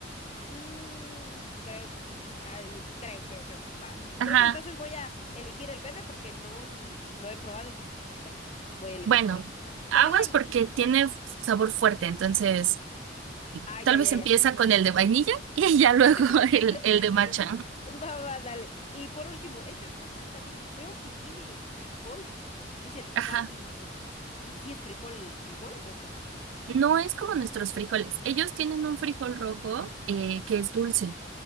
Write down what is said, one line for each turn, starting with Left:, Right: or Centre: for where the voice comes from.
Left: Mm, creo que sí. Ah, eh, creo, creo, creo. Va, mm, creo
Right: ajá,
Left: que entonces voy a elegir el verde porque no l- lo he probado, entonces que lo tengo. Voy a elegir
Right: bueno,
Left: también.
Right: aguas
Left: También hay.
Right: porque tiene sabor fuerte, entonces
Left: Ay,
Right: tal
Left: ay,
Right: vez
Left: ay,
Right: empieza
Left: ay.
Right: con el de vainilla <laughs> y ya luego
Left: <laughs>
Right: el, el de matcha.
Left: Va, va, dale. Y por último, este postre también veo que tiene frijol. Es el papinzu.
Right: Ajá.
Left: Ti- ¿Sí es frijol, frijol o cómo?
Right: No es como nuestros frijoles. Ellos tienen un frijol rojo eh, que es dulce.